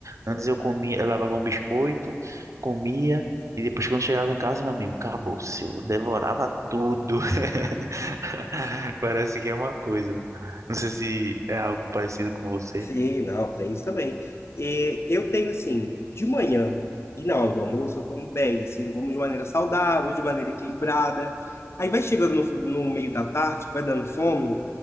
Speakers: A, on the right; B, on the left.
A: antes
B: É verdade.
A: eu comia, eu levava um biscoito, comia, e depois quando chegava em casa, meu amigo, acabou-se. Eu devorava tudo. <laughs> <laughs> Parece que é uma coisa. né? Não sei se é algo parecido com você.
B: Sim, não, tem isso também. E eu tenho, assim, de manhã e na hora do almoço, eu como bem, assim, como de maneira saudável, de maneira equilibrada. Aí vai chegando no, no meio da tarde, vai dando fome,